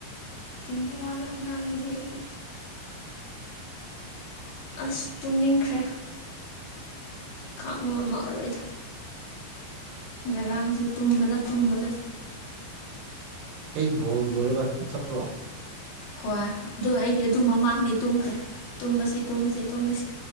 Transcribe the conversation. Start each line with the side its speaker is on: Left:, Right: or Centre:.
Left: ꯆꯨꯝꯕ ꯋꯥꯂ ꯉ ꯎ ꯂꯩꯗꯤ ꯑꯁ ꯇꯨꯝꯅꯤꯡꯈ꯭ꯔꯦ ꯈꯃ ꯑꯃꯛ ꯑꯔꯣꯏꯗ ꯉꯔꯥꯡꯁꯨ ꯇꯨꯝꯕꯗ ꯇꯨꯝꯕꯗ
Right: ꯍꯦꯛ ꯕꯣꯜ ꯂꯣꯏꯔꯒ ꯆꯠꯄ꯭ꯔꯣ
Left: ꯍꯣꯏ ꯑꯗꯨ ꯑꯩꯗꯤ ꯑꯗꯨ ꯃꯃꯥꯡꯗꯤ ꯇꯨꯝꯈ꯭ꯔꯦ ꯇꯨꯝꯕꯁꯤ ꯇꯨꯝꯕꯁꯤ ꯇꯨꯝꯂꯁꯤ